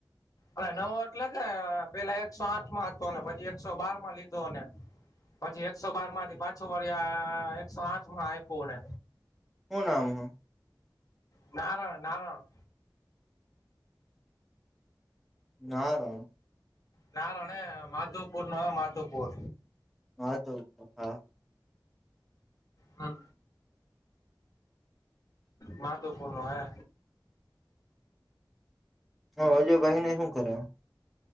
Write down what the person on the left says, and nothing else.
અને નવો એટલે કે પેલા એકસો આઠમાં હતો ને પછી એકસો બારમાં લીધો ને. પછી એકસો બારમાંથી પાછું વરી આ એકસો આઠમાં આયપૂને
નારણ નારણ.
નારણ હે માધવપૂરનો હે માધુપૂર.
હહ માધુપુરનો હે.